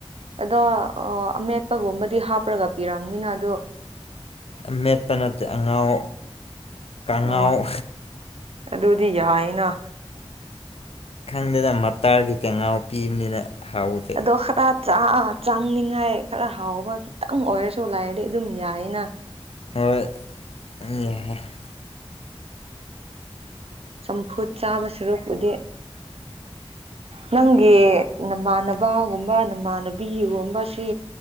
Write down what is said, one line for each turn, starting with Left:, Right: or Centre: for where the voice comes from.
Right: ꯑꯗꯣ ꯑ ꯑꯃꯦꯠꯄꯒꯨꯝꯕꯗꯤ ꯍꯥꯞꯔꯒ ꯄꯤꯔꯝꯅꯤꯅ ꯑꯗꯨ
Left: ꯑꯃꯦꯠꯄ ꯅꯠꯇꯦ ꯑꯉꯥꯎ ꯀꯥꯡꯉꯧ
Right: ꯑꯣ ꯑꯗꯨꯗꯤ ꯌꯥꯏꯌꯦꯅ
Left: ꯈꯪꯗꯦꯗ ꯃꯠꯇꯥꯔꯒꯤ ꯀꯥꯡꯉꯧ ꯄꯤꯕꯅꯤꯅ ꯍꯥꯎꯗ
Right: ꯑꯗꯣ ꯈꯔ ꯆꯥ ꯆꯪꯅꯤꯡꯉꯥꯏ ꯈꯔ ꯍꯥꯎꯕ ꯈꯤꯇꯪ ꯑꯣꯏꯔꯁꯨ ꯂꯩꯥꯏꯔꯗꯤ ꯑꯗꯨꯝ ꯌꯥꯏꯑꯦꯅ
Left: ꯍꯣꯏ <unintelligible>
Right: ꯆꯝꯐꯨꯠ ꯆꯥꯕ ꯁꯔꯨꯛꯄꯨꯗꯤ ꯅꯪꯒꯤ ꯅꯃꯥꯟꯅꯕꯒꯨꯝꯕ ꯅꯃꯥꯟꯅꯕꯤꯒꯨꯝꯕꯁꯤ